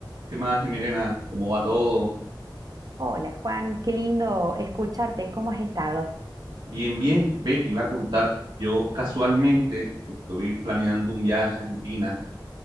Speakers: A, on the right; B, on the right.
A: ¿Qué más, Jimena? ¿Cómo va todo?
B: Hola Juan, qué lindo escucharte. ¿Cómo has estado?
A: Bien, bien. Ve, te iba a contar. Yo casualmente estoy planeando un viaje a Argentina